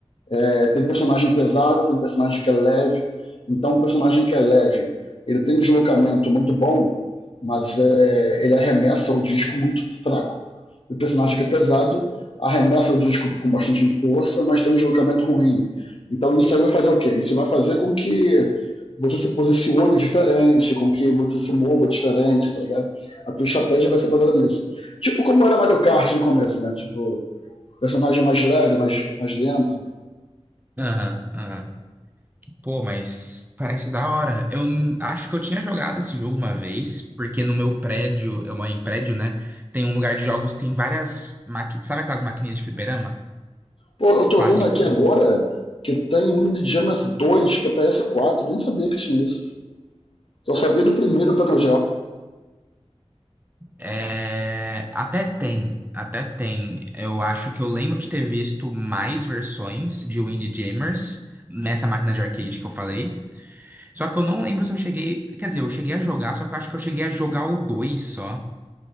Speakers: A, on the left (about 55°); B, on the right (about 15°).
A: É, tem personagem pesado, tem personagem que é leve. Então, um personagem que é leve, ele tem um deslocamento muito bom, mas é, ele arremessa o disco muito fraco. o personagem que é pesado arremessa o disco com bastante força, mas tem um deslocamento ruim. Então, isso aí vai fazer o quê? Isso vai fazer com que você se posicione diferente, com que você se mova diferente, tá ligado? A tua estratégia vai ser baseada nisso. Tipo como era Mario Kart no começo, né? Tipo, personagem mais leve, mais, mais lento.
B: Aham, aham. Pô, mas parece da hora. Eu n- acho que eu tinha jogado esse jogo uma vez, porque no meu prédio, eu moro em prédio, né? Tem um lugar de jogos, tem várias máquinas. Sabe aquelas maquininhas de fliperama?
A: Pô, eu tô
B: Clássico.
A: vendo aqui agora que tem um Indiana 2 pra PS4, nem sabia que tinha isso. Só sabia do primeiro para o
B: É, até tem, até tem. Eu acho que eu lembro de ter visto mais versões de Windjammers nessa máquina de arcade que eu falei. Só que eu não lembro se eu cheguei. Quer dizer, eu cheguei a jogar, só que eu acho que eu cheguei a jogar o 2 só.